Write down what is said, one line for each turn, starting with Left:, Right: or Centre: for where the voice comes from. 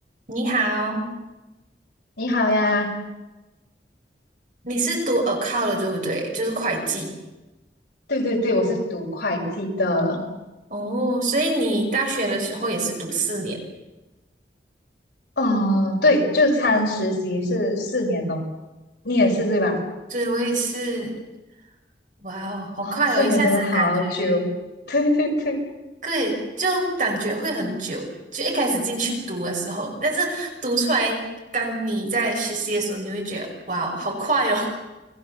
Right: 你好，
Left: 你好呀，
Right: 你是读 account 的对不对？就是会计
Left: 对对对，我是读会计的，
Right: 哦，所以你大学的时候也是读四年。
Left: 嗯，对，就参实习是四年咯，你也是对吧？
Right: 对，我也是，哇哦，好快哦！
Left: 哦，四年真的好久，
Right: 一下子感觉，
Left: <laughs> 对对对
Right: 对，就感觉会很久。就一开始进去读的时候，但是读出来，当你在实习的时候，你会觉得，哇哦，好快哦。